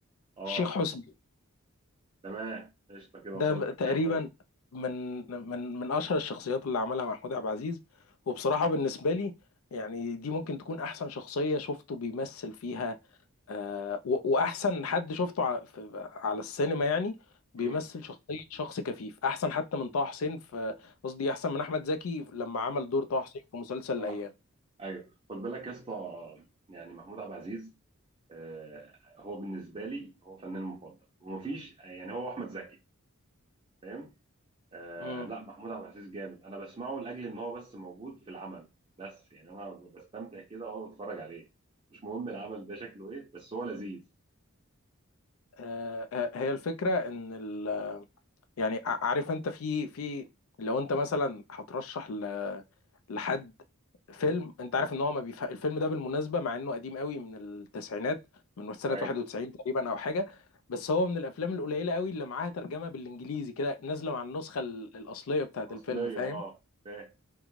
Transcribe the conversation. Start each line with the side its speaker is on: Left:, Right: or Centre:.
Right: آه
Left: الشيخ حسني
Right: تمام قشطة كده وصلت
Left: ده تقريبا
Right: معاه
Left: من من من أشهر الشخصيات اللي عملها محمود عبد العزيز وبصراحة بالنسبة لي يعني دي ممكن تكون أحسن شخصية شفته بيمثل فيها آه، و- واحسن حد شفته ع- في- على السينما يعني بيمثل
Right: مم،
Left: شخصية شخص كفيف احسن حتى من طه حسين في قصدي احسن من احمد زكي لما عمل دور طه حسين في مسلسل
Right: صح
Left: الايام
Right: أيوه خد بالك يا اسطى يعني محمود عبد العزيز آه، هو بالنسبة لي هو فنان مفضل ومفيش يعني هو أحمد زكي فاهم آه
Left: مم.
Right: لا محمود عبد العزيز جامد انا بسمعه لاجل ان هو بس موجود في العمل بس يعني انا بستمتع كده وانا بتفرج عليه مش مهم العمل ده شكله ايه بس هو لذيذ
Left: آه، آه، هي الفكرة ان ال- يعني ع- عارف انت في في لو انت مثلا هترشح ل- لحد فيلم انت عارف ان هو ما بيف... الفيلم ده بالمناسبه مع انه قديم قوي من التسعينات من سنه
Right: ايوه
Left: 91 تقريبا او حاجه بس هو من الافلام القليله قوي اللي معاها ترجمه بالانجليزي كده نازله مع النسخه ال- الاصليه بتاعت
Right: الاصليه
Left: الفيلم فاهم
Right: اه فاهم